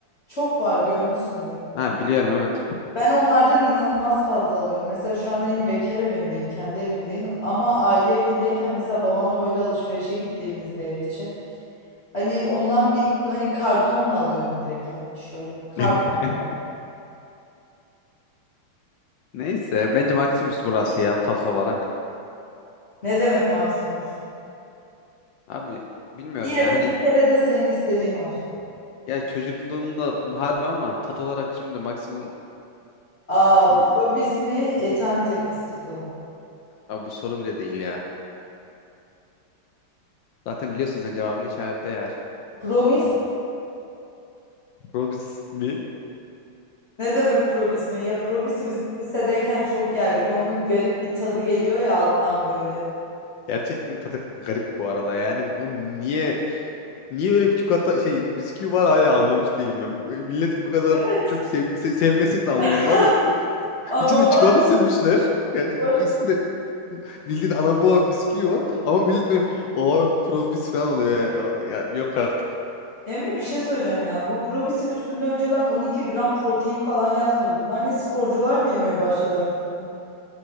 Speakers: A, on the left (about 35°); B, on the left (about 70°).
A: Çok var görmüşsündür.
B: Ha biliyorum evet.
A: Ben onlardan inanılmaz fazla alıyorum. Mesela şu an hani bekar evimdeyim, kendi evimdeyim. Ama aile evindeyken mesela babamla böyle alışverişe gittiğimizde ev için. Hani ondan bir hani kartonla alıyordum direkt yani şöyle. Karton.
B: <laughs> Neyse bence Maximus burası ya tat olarak.
A: Ne demek Maximus?
B: Abi bilmiyorum
A: İyi hadi
B: ya hani
A: bir kere de senin istediğin olsun.
B: ya çocukluğumda harbi ama tat olarak şimdi Maximum
A: Aa,
B: bu
A: Probis mi, Etante fıstıklı mı?
B: abi bu soru bile değil ya. Zaten biliyorsun sen cevabını işaretle ver.
A: Probis?
B: Probis mi?
A: Ne demek probis mi? Ya probisi biz lisedeyken çok yerdik. Ya onun garip bir tadı geliyor ya alttan böyle.
B: Gerçekten tadı garip bu arada yani. O niye niye böyle bir çikolata şey bisküvi var hala anlamış değilim ben. Milletin bu kadar
A: Evet.
B: çok sev, se- sevmesini de anlamadım
A: <laughs>
B: abi.
A: Anormal
B: İçine çikolata
A: bir
B: sürmüşler. Yani
A: spor.
B: üstünde bildiğin anam babam bisküvi var ama millet böyle abi probis falan oluyor ya. Ya yok artık.
A: Emre bir şey söyleyeceğim ya. Bu probisin üstünde önceden 12 gram protein falan yazmıyordu. Bunlar ne sporcular mı yemeye başladı artık bunu?